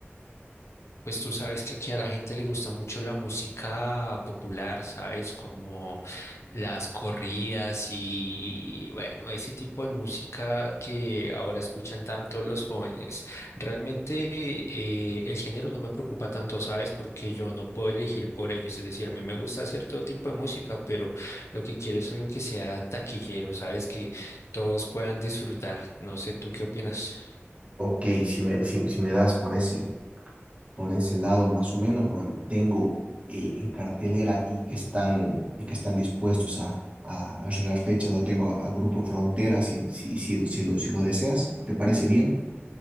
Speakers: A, on the left (about 85°); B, on the right (about 30°).
A: Pues tú sabes que aquí a la gente le gusta mucho la música popular, ¿sabes? Como las corridas y bueno, ese tipo de música que ahora escuchan tanto los jóvenes. Realmente eh, el género no me preocupa tanto, ¿sabes? Porque yo no puedo elegir por ellos. Es decir, a mí me gusta cierto tipo de música, pero lo que quiero es algo que sea taquillero, ¿sabes? Que todos puedan disfrutar. No sé, ¿tú qué opinas?
B: Ok, si me, si, si me das por ese, por ese lado más o menos, bueno, tengo eh, en cartelera y que están, y que están dispuestos a, a arreglar fechas, lo tengo a Grupo Frontera si, si, si, si lo, si lo deseas, ¿te parece bien?